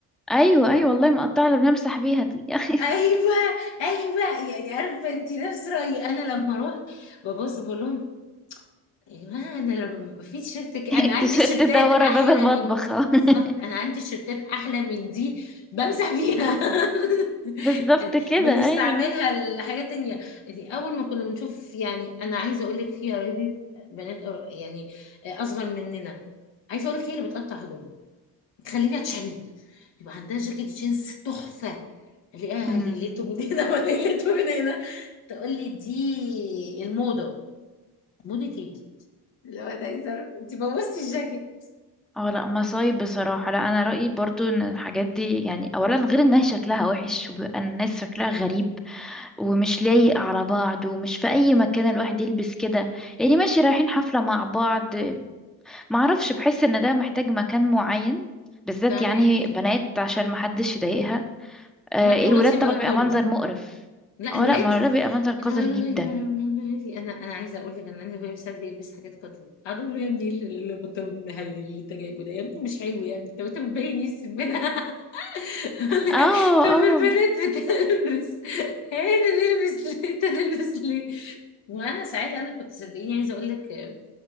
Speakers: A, in the centre; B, on the left.
A: ايوه ايوه والله مقطعة اللي بنمسح بيها دي <laughs>
B: ايوه ايوه يعني عارفه انت نفس رايي انا لما اروح ببص بقول لهم يا جماعة أنا لما بيبقى في تيشيرت كده أنا
A: التيشيرت
B: عندي تيشيرتات
A: ده ورا
B: أحلى
A: باب المطبخ
B: من دي
A: آه.
B: بالظبط
A: <laughs>
B: أنا عندي تيشيرتات أحلى من دي بمسح فيها <laughs>
A: بالظبط
B: يعني
A: كده
B: بنستعملها
A: ايوه
B: لحاجات تانية دي أول ما كنا بنشوف يعني أنا عايزة أقول لك في قرايبي بنات أو- يعني أصغر مننا عايزة أقول لك هي اللي بتقطع هدومها تخليني أتشل يبقى عندها جاكيت جينز تحفة ألاقيها
A: ايوه
B: ليلته من هنا <laughs> وليلته من هنا تقول لي دي الموضة موضة إيه؟ اللي هو ده يزار انت بوظتي الجاكيت
A: اه لا مصايب بصراحة لا انا رأيي برضو ان الحاجات دي يعني اولا غير انها شكلها وحش وبيبقى الناس شكلها غريب ومش لايق على بعض ومش في اي مكان الواحد يلبس كده يعني ماشي رايحين حفلة مع بعض معرفش بحس ان ده محتاج مكان معين بالذات
B: فاهماكي
A: يعني بنات عشان محدش يضايقها آه
B: لا دلوقتي
A: الولاد طبعا
B: بقى
A: بيبقى
B: كله
A: منظر مقرف
B: لا
A: اه
B: الولاد
A: لا ما الولاد بيبقى منظر
B: <laughs>
A: قذر جدا
B: انا انا عايزه اقول لك انا عندي اخويا ساعات بيلبس حاجات قطن اقعد اقول له يا ابني ايه اللي- اللي- البنطلون المهلي اللي انت جايبه ده يا ابني مش حلو يا ابني طب انت بتبين ايه السمنه <laughs>
A: اه
B: طب البنات
A: اه
B: بتلبس انا نلبس ليه انت نلبس ليه وانا ساعتها انا كنت صدقيني عايزه اقول لك آه،